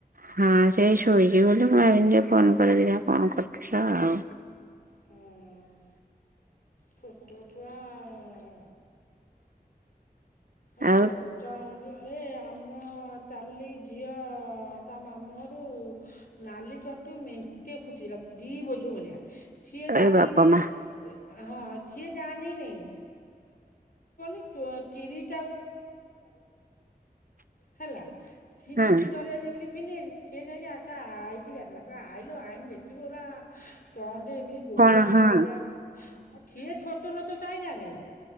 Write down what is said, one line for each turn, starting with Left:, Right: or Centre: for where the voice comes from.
Right: ହଁ ସେଇ ଶୋଇଛି ବୋଲି ମୁଁ ଭାବିନି ଯେ ଫୋନ କରିଦେବି କଣ କରୁଛ ଆଉ।
Left: ହୁଁ, ଛୋଟୋ ଛୁଆ ଆଉ। ଏଇ
Right: ଆଉ
Left: ପୁଅ ଚା ହଉଚି ଏ ଆ ଆମ ଚାଲି ଝିଅ ତା ମାମୁଁଘରୁ ନାଲି ଛତୁ ମେଣ୍ଟେ ଫୁଚିଲା ଦି ବୋଝ ଭଳିଆ। ସିଏ ଜାନିନି,
Right: ଏ ବାପ ମା
Left: ହଁ। ସିଏ ଜାନିନି <unintelligible> <unintelligible> ହଲା <unintelligible> ସିଏ
Right: ହଁ
Left: ଯାଇକି ଆତ ଆଇକି <unintelligible>
Right: କଣ ହଁ
Left: ଏମିତି <unintelligible>